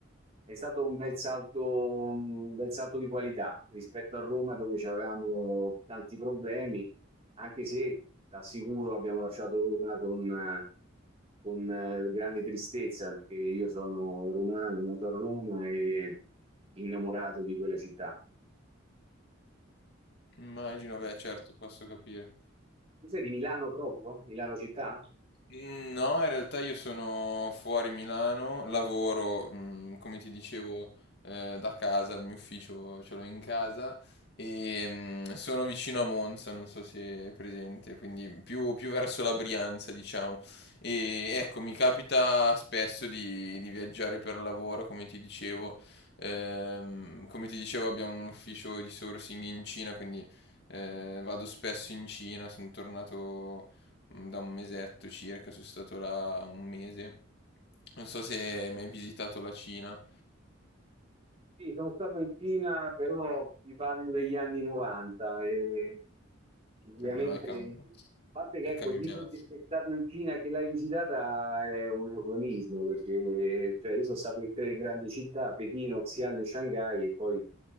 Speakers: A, on the right; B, on the left.
A: è stato un bel salto, un bel salto di qualità rispetto a Roma dove avevamo tanti problemi, anche se ti assicuro abbiamo lasciato Roma con... eh, con eh, grande tristezza perché io sono romano, nato a Roma e innamorato di quella città.
B: Immagino, beh, certo, posso capire.
A: Tu sei di Milano proprio? Milano città?
B: Mm, No, in realtà io sono fuori Milano, lavoro, mm, come ti dicevo, eh, da casa, il mio ufficio ce l'ho in casa e mm, sono vicino a Monza, non so se è presente, quindi più, più verso la Brianza, diciamo. E ecco, mi capita spesso di, di viaggiare per lavoro, come ti dicevo. Ehm, come ti dicevo, abbiamo un ufficio di sourcing in Cina, quindi eh, vado spesso in Cina, sono tornato mm, da un mesetto circa, sono stato là un mese. Non so se hai mai visitato la Cina,
A: Sì, sono stato in Cina, però ti parlo degli anni 90 e sicuramente,
B: eh, no, è, cam-
A: a parte che
B: è
A: ecco,
B: cambiato.
A: dire che sei stato in Cina e che l'hai visitata è un eufemismo, perché cioè, io sono stato in tre grandi città, Pechino, Xi'an e Shanghai, e poi